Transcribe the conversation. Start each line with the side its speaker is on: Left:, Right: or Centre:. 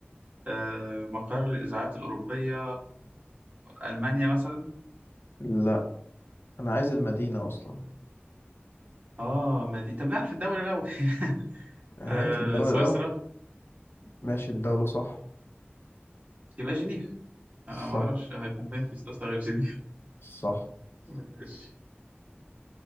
Right: آه مقر الإذاعات الأوروبية ألمانيا مثلا
Left: لا أنا عايز المدينة أصلا
Right: آه ما دي طب نعرف الدولة لو <laughs>
Left: هات
Right: آه
Left: الدولة
Right: سويسرا
Left: الأول ماشي الدولة صح
Right: يبقى جنيف
Left: صح
Right: آه ما أعرفش هيكون فين في سويسرا غير جنيف
Left: صح
Right: <laughs> ماشي